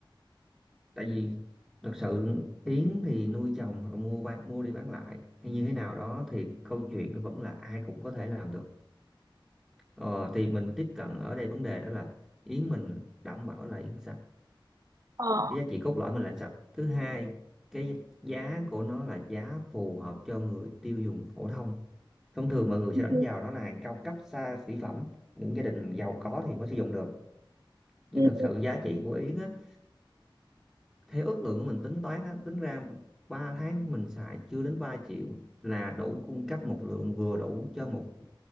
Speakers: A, in the centre; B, on the right (about 40°).
A: tại vì thật sự Yến thì nuôi trồng hoặc mua bán mua đi bán lại hay như thế nào đó thì câu chuyện nó vẫn là ai cũng có thể làm được ờ, thì mình tiếp cận ở đây vấn đề đó là Yến mình đảm bảo là Yến sạch
B: Ờ.
A: cái giá trị cốt lõi mình là Yến sạch thứ hai cái giá của nó là giá phù hợp cho người tiêu dùng phổ thông thông thường mọi người
B: Ừ.
A: sẽ đánh vào đó là hàng cao cấp xa xỉ phẩm những gia đình giàu có thì mới sử dụng được nhưng
B: Ừ.
A: thật sự giá trị của Yến á, theo ước lượng của mình tính toán á, tính ra 3 tháng mình xài chưa đến 3 triệu là đủ cung cấp một lượng vừa đủ cho một